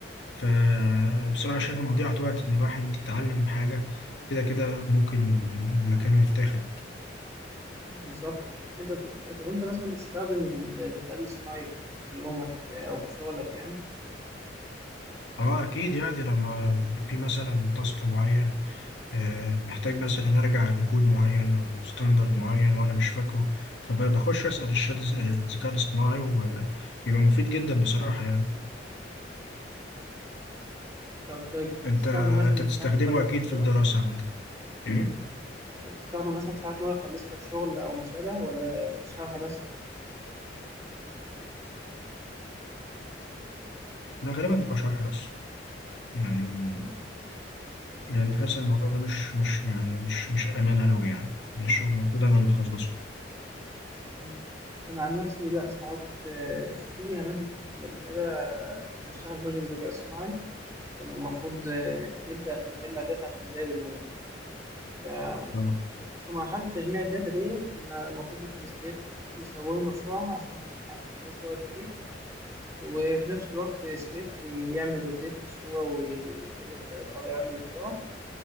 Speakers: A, on the left; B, on the right.
A: فبصراحة شايفها مضيعة وقت ان الواحد يتعلم حاجة كده كده ممكن مكانه يتاخد
B: بالظبط أنت بت- طب أنت مثلا بتستخدم الذكاء الاصطناعي في يومك آه، أو في شغلك يعني؟
A: اه اكيد يعني لما في مثلا تاسك معين آه، محتاج مثلا ارجع لكود معين او ستاندرد معين وانا مش فاكره فبخش اسال الشات آه، الذكاء الاصطناعي وبيبقى مفيد جدا بصراحه يعني
B: طب
A: انت
B: تستخدم مثلا
A: انت بتستخدمه
B: ساعات يخلص
A: اكيد
B: لك شغل
A: في الدراسه عندك ايه
B: تستخدم مثلا ساعات إن هو يخلص لك شغل أو ما شابه ولا شرح بس
A: ده غالبا بيبقى شرح بس يعني يعني بحس ان الموضوع ده مش مش يعني مش مش امانه قوي يعني من الشغل المفروض انا اللي اخلصه
B: مم. أنا عن نفسي لأ ساعات آه، في يعني مثلا كنا قبل كده بنشتغل بروجكت ذكاء اصطناعي كنا المفروض آه، نبدأ نجمع داتا عشان نراقب الموديل ففي
A: اه
B: مرحلة تجميع الداتا دي كنا المفروض نكتب سكريبت يصورنا بسرعة عشان محتاجين صور كتير وفي نفس الوقت سكريبت يعمل روتيت للصورة ويقلل إضاءتها ويعلي الإضاءة